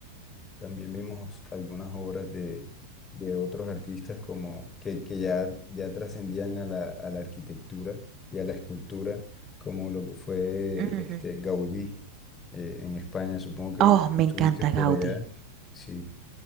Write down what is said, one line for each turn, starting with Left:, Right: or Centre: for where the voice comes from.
Left: También vimos algunas obras de, de otros artistas como que, que ya, ya trascendían a la, a la arquitectura y a la escultura, como lo que fue
Right: Ujú.
Left: este, Gaudí eh, en España. Supongo que
Right: Oh, me
Left: estuviste
Right: encanta
Left: por
Right: Gaudí.
Left: allá. Sí.